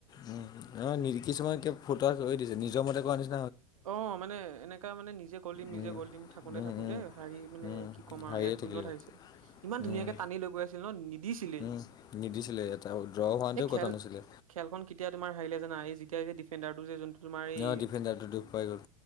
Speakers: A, on the left; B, on the right.
A: উম, অ' কিছুমান ক ফটো দিছে নিজৰ মতে কো আনিছে।
B: অ' মানে এনেকা মানে নিজে গল দিম
A: উম,
B: নিজে গল দিম থাকোতে
A: উম,
B: থাকোতে
A: উম,
B: হাৰি মানে
A: উম,
B: কি ক'ম আৰু
A: হাৰিয়ে
B: এক
A: থাকিলগৈ
B: শূন্যত হাৰিছে ইমান
A: উম,
B: ধুনীয়াকে টানিল গৈ আছিলে ন নিদিছিলেই।
A: উম। নিদিছিলে। এটা ড্ৰ হোৱাহেঁতেও
B: এই খেল
A: কথা নাছিলে
B: খেলখন কেতিয়া তোমাৰ হাৰিলে জানা এই যেতিয়া এই যে ডিফেণ্ডাৰটো যে যোনটো তোমাৰ এই
A: অ' ডিফেণ্ডাৰ টো দুখ। পাই গ'ল।